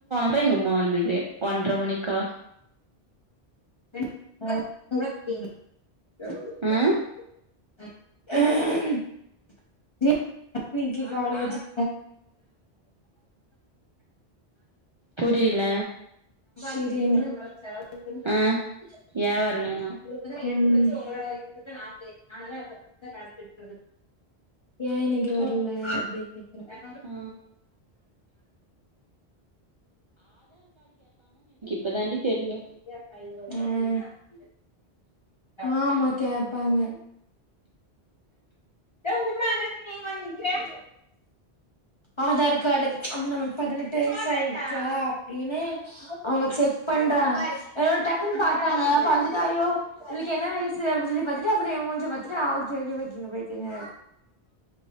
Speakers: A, on the right; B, on the left.
A: ப்ப எங்க அம்மா வந்தது ஒன்ரை மணிக்கா.
B: <unintelligible> <unintelligible>
A: ஆ
B: அஹ <unintelligible> காலேஜ் <unintelligible>
A: புரில
B: சிரியன்னு சால் <unintelligible>
A: ஆ ஏ வரலனா
B: இப்பதா எடுத்து வச்சி ஒ உங்களோட இதுக்குத்தா ஆசை அ நால <unintelligible> ஏ நீ இங்க வரல
A: ஓ
B: அப்பிடினு கேக்குற <unintelligible>
A: ஆ இப்ப தாண்டிப் தெரியு
B: ம் ம் ஆமா கேட்பாங்க ஏ உம்மா அங்க நிங்கிறிங்க வந்து நிக்கர ஆதாரக்கார்டு அதுன வந் பதினெட்டு வயசு ஆயிடுச்சா அப்பிடின்னு அவங்க செக் பண்றாங்க று டக்குன்னு பாத்தாங்க பாத்துட்டுயோ உள்ளுக்கு என்ன வயசு அப்பிடி சொல்லி பாத்துட்டு அப்புரோ ஏ முஞ்ச பாத்துட்டா <unintelligible> பேய்க்கிங்க பேய்க்கிங்க